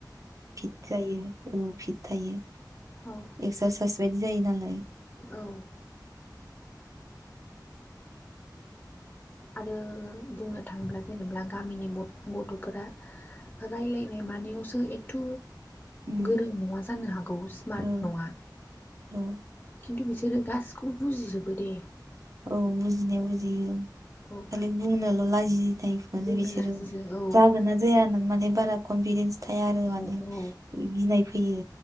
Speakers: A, on the right (about 45°); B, on the left (about 20°).
A: फिट जायो औ फिट थायो।
B: औ
A: एकसारसाइस बायदि जायो नालाय
B: औ आरो बुंनो थाङोब्ला जेनेब्ला गामिनि गथ'फोरा रायलायनाय मानायावसो एथ'।
A: उम
B: गोरों नङा जानो हागौ स्मार्ट
A: औ
B: नङा
A: औ
B: खिन्थु बिसोर जो गासिखौबो बुजिजोबो दे।
A: औ बुजिनाया
B: औ
A: बुजियो
B: औ
A: खालि बुंनोल' लाजियो। माने
B: बुंनो
A: बिसोरो
B: लाजियो औ
A: जागोन ना जाया होननानै माने बारा कनफिदेन्स थाया आरो
B: औ
A: माने
B: औ
A: गिनाय फैयो।